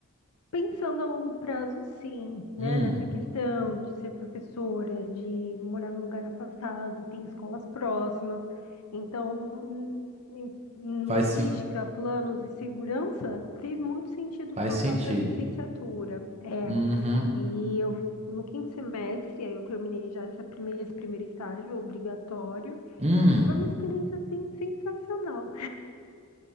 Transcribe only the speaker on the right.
Hum,
faz,
sen-
faz
sentido.
Uhum.
Hum,